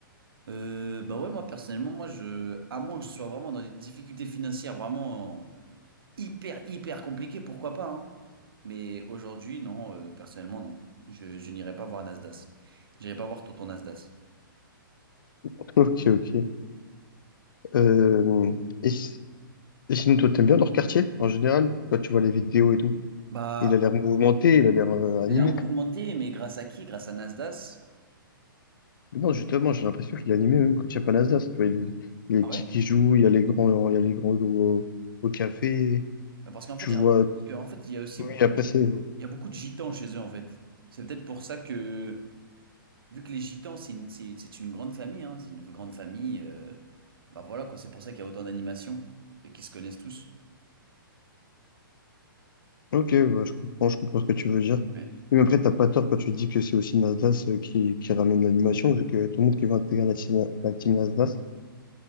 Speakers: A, on the right (about 85°); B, on the left (about 65°).
A: Euh, bah ouais, moi, personnellement, moi, je, à moins que je sois vraiment dans des difficultés financières, vraiment. hyper, hyper compliqué, pourquoi pas, hein. Mais aujourd'hui, non, euh, personnellement, non. Je, je n'irai pas voir Nasdaq. J'irai pas voir Tonton Nasdaq.
B: <laughs> Ok, ok. Euh, et, si- et sinon, toi, t'aimes bien leur quartier, en général, quand tu vois les vidéos et tout.
A: Bah,
B: Il a l'air mouvementé, il a l'air euh, animé.
A: elle est en mouvementée, mais grâce à qui? Grâce à Nasdaq.
B: Mais non, justement, j'ai l'impression qu'il est animé même quand il n'y a pas Nasdaq. Tu vois, il y a il y a
A: Ah
B: les petits
A: ouais?
B: qui jouent, il y a les grands, il y a les grands au, au café.
A: Bah, Parce qu'en
B: Tu
A: fait, j'ai
B: vois,
A: l'impression- parce qu'en fait, il y a aussi
B: oui,
A: beaucoup
B: après,
A: de,
B: c'est...
A: il y a beaucoup de gitans chez eux, en fait. C'est peut-être pour ça que, vu que les gitans, c'est une, c'est, c'est une grande famille, hein, c'est une grande famille, euh, bah voilà, quoi, c'est pour ça qu'il y a autant d'animations et qu'ils se connaissent tous.
B: Ok, bah, je comprends, je comprends ce que tu veux dire. Oui,
A: Ouais.
B: Mais après, t'as pas tort quand tu dis que c'est aussi Nasdaq euh, qui, qui ramène l'animation, vu que tout le monde qui veut intégrer la team, la team Nasdaq.